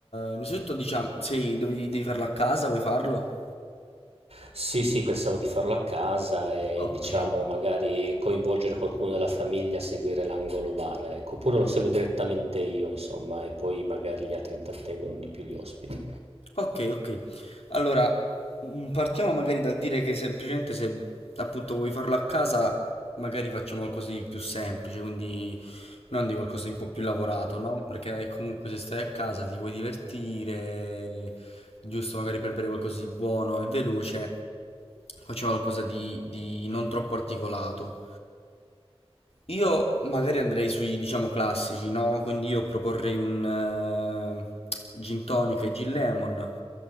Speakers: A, on the left; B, on the right.
A: innanzitutto diciamo, sei, dovevi, devi farlo a casa, vuoi farlo?
B: Sì, sì, pensavo di farlo a casa e
A: Ok.
B: diciamo magari coinvolgere qualcuno della famiglia a seguire l'angolo bar, ecco, oppure lo seguo direttamente io, insomma, e poi magari gli altri intrattengono di più gli ospiti.
A: Ok, ok. Allora, mh, partiamo magari dal dire che semplicemente se appunto vuoi farlo a casa, magari facciamo qualcosa di più semplice, quindi non di qualcosa di un po' più lavorato, no? Perché comunque se stai a casa ti vuoi divertire, giusto magari per bere qualcosa di buono e veloce, facciamo qualcosa di, di non troppo articolato. Io magari andrei sui, diciamo, classici, no? Quindi io proporrei un eh, gin tonic e gin lemon